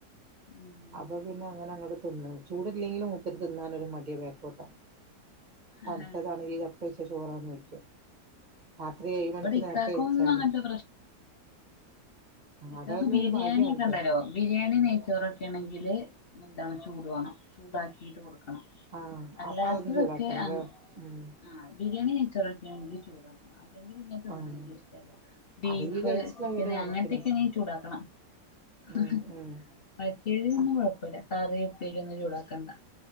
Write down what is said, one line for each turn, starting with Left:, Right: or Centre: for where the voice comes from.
Left: ഉം
Right: അപ്പോ പിന്നെ അങ്ങനെ അങ്ങോട്ട് തിന്നും ചൂടല്ലെങ്കിലും മൂപ്പര് തിന്നാൻ ഒരു മടിയാ ബേക്കോട്ടാ തണുത്തതാണെങ്കി
Left: ഏഹ്
Right: എപ്പോ വെച്ച ചോറന്ന് ചോയിക്കും രാത്രി ഏഴ്
Left: ഇവിടെ
Right: മണിക്ക്
Left: ഇക്കാക്കൊന്നും
Right: നേരത്തെ വച്ചാലും
Left: അങ്ങനത്തെ ഇക്കക്ക്
Right: അതല്ലൊരു
Left: ബിരിയാണി
Right: ഭാഗ്യാണ്
Left: ഒക്കെ ഉണ്ടല്ലോ
Right: ട്ടോ
Left: ബിരിയാണി നെയ്ച്ചോറ് ഒക്കെ യെണെങ്കില് ന്തത്താണ് ചൂട് വാണം ചൂടാക്കീട്ട് കൊടുക്കണം
Right: ആഹ്
Left: അല്ലാത്തതൊക്കെ
Right: അപ്പൊ അതൊന്ന് ചൂടാക്കണല്ലേ
Left: ആ
Right: ഉം
Left: ആ ബിരിയാണിം നൈച്ചോറും ചൂടാക്കണം അല്ലെങ്കിൽ നിങ്ങക്ക്ങ്ങും
Right: ആഹ്
Left: ഇഷ്ടമല്ല ബീഫ്
Right: അത് ഈ കഴിച്ചിലായി
Left: ചിക്കന്
Right: ഒരു കണക്കിന്
Left: അങ്ങനെ ക്ക് നീ ചൂടാക്കണം ഹ്ഹ്
Right: ഉം ഉം
Left: മറ്റേയിലോന്നും
Right: അഹ്
Left: കോയപ്പല്ല കറി ഉപ്പെരി ഒന്നും ചൂടാക്കണ്ട